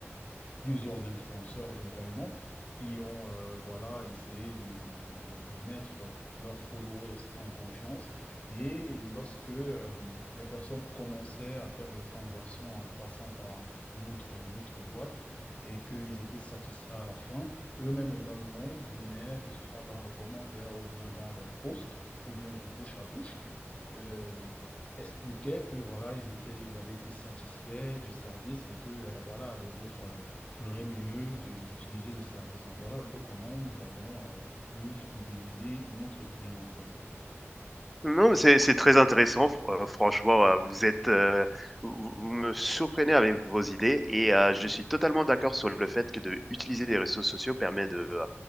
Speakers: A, on the left; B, in the centre.
A: plusieurs influenceurs également qui ont euh, voilà, essayé de, de, de- de- de- de mettre leurs followers en confiance. Et lorsque euh, les personnes commençaient à faire des transactions en passant par notre, notre boîte et qu'ils étaient satisfaits à la fin, eux-mêmes également venaient, que ce soit dans les commentaires ou bien dans les posts ou bien du bouche à bouche. euh, expliquaient que voilà ils étaient ils avaient été satisfaits du service et que euh, voilà les autres euh, ferait mieux de- d'utiliser le service. Donc voilà un peu comment nous avons euh, pu fidéliser notre clientèle.
B: Non, mais c'est c'est très intéressant fr heu, franchement, heu, vous êtes, heu, vous vous me surprenez avec vos idées et heu, je suis totalement d'accord sur le fait que de utiliser les réseaux sociaux permet de, heu